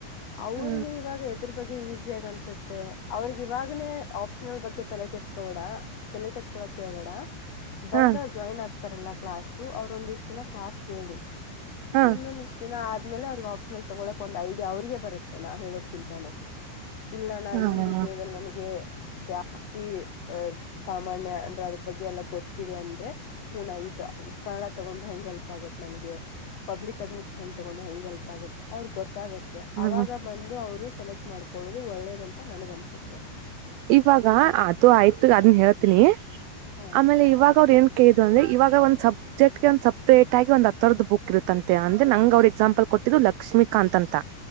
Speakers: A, on the left (about 80°); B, on the right (about 90°).
A: ಅವ್ರಿಗೆ
B: ಹಾ
A: ಇವಾಗ ಎದ್ರ ಬಗ್ಗೆ ಈಸಿ ಆಗಿ ಅನ್ಸುತ್ತೆ ಅವ್ರಿಗೆ ಇವಾಗನೇ ಆಪ್ಷನಲ್ ಬಗ್ಗೆ ತಲೆ ಕೆಡ್ಸ್ಕ ತೋಡ ತೆಲೆ ಕಸ್ಕೋಳ ಹೇಳ್ಬೇಡ ಬಂದ್
B: ಹಾ
A: ಅವ್ರ ಜಾಯಿನ್ ಆಗ್ ತಾರ್ಲ್ಲಾ ಕ್ಲಾಸು ಅವ್ರ ಒಂದ್ ಇಷ್ಟ ದಿನ ಕ್ಲಾಸ್ ಕೇಳಿ
B: ಹಾ
A: ಇನ್ನ ನಿ ಇಷ್ಟ ದಿನ ಆದ್ ಆದ್ಮೇಲೆ ಅವ್ರರು ಆಪ್ಷನಲ್ ತೊಗೊಳಕ್ ಒಂದ ಐಡಿಯ ಅವ್ರಿಗೆ ಬರುತ್ತೆ ನಾವ್ ಹೇಳೋದಕಿಂತನೂ ಇಲ್ಲಣ್ಣ
B: ಹಾ
A: ಈ
B: ಹಾ
A: ವಿಷಯದಲ್ಲಿ ನನಗೆ ಜಾಸ್ತಿ ತಿ ಅ ಸಾಮಾನ್ಯ ಅಂದ್ರೆ ಅದ್ರ ಬಗ್ಗೆ ಎಲ್ಲ ಗೊತ್ತಿದೆ ಅಂದ್ರೆ ಹು ಇದು ಕನ್ನಡ ತಗೊಂಡ್ರೆ ಹೆಂಗ್ ಹೆಲ್ಪ್ ಆಗುತ್ತ ನನ್ಗೆ ಪಬ್ಲಿಕ್ ಅಡ್ಮಿನಿಸ್ಟ್ರೇಷನ್ ತಗೊಂಡ್ರೆ ಹೆಂಗ್ ಹೆಲ್ಪ್ ಆಗತ್ ಅವ್ರ ಗೊತ್ ತಗುತ್ತೆ ಅವಾಗ
B: ಹಾ
A: ಬಂದು ಅವ್ರು ಸೆಲೆಕ್ಟ್ ಮಾಡ್ಕೊಳ್ಳೋದು ಒಳ್ಳೇದಂತ ನನ್ಗ್ ಅನ್ಸುತ್ತೆ
B: ಇವಾಗ ಆ
A: ಈ
B: ಆಯ್ತು ಅದನ್ ಹೇಳ್ತೀನಿ
A: ಹಾ
B: ಆಮೇಲೆ ಇವಾಗ ಅವ್ರ ಏನ್ ಕೆ ಇದು ಅಂದ್ರೆ ಇವಾಗ ಒಂದ್ ಸಬ್ಜೆಕ್ಟ್ಗೆ ಒಂದ್ ಸಪ್ರೇಟ್ ಆಗಿ ಒಂದ ಹತ್ತರದ ಬುಕ್ ಇರುತ್ತಂತೆ ಅಂದ್ರೆ ನಂಗ್ ಅವ್ರರು ಎಕ್ಸಾಂಪಲ್ ಕೊಟ್ಟಿದ್ದು ಲಕ್ಷ್ಮೀಕಾಂತ್ ಅಂತ